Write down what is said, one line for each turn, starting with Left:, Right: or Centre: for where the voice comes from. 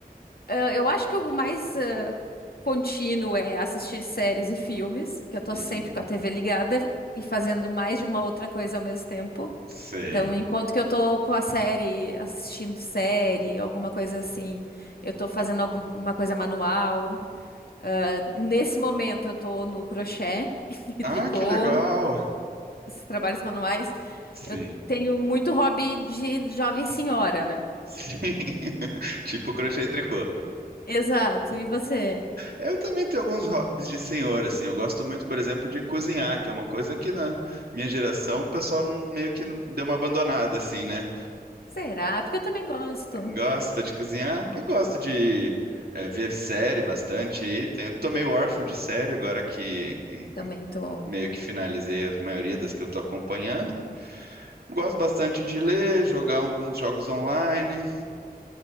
Left: Ah, eu acho que o mais ah, contínuo é assistir séries e filmes, que eu tô
Right: Uhum.
Left: sempre com a TV ligada e fazendo mais de uma outra coisa ao mesmo tempo.
Right: Sei.
Left: Então, enquanto que eu tô com a série, assistindo série, alguma coisa assim, eu tô fazendo alguma coisa manual. Eh, Nesse momento, eu tô no crochê <laughs> e
Right: Ah,
Left: tricô,
Right: que legal.
Left: esses trabalhos manuais.
Right: Sim.
Left: Eu tenho muito hobby de jovem senhora, né?
Right: Sim. <laughs> Tipo crochê e tricô.
Left: Exato. E você?
Right: Eu também tenho alguns hobbies de senhor, assim. Eu gosto muito, por exemplo, de cozinhar, que é uma coisa que na minha geração o pessoal não- meio que não deu uma abandonada, assim, né?
Left: Será? É Porque eu também gosto.
Right: Gosta de cozinhar e gosto de eh, ver série bastante aí. Tenho, tô meio órfão de série agora que eh,
Left: Também tô.
Right: meio que finalizei a maioria das que eu tô acompanhando. Gosto bastante de ler, jogar alguns jogos online.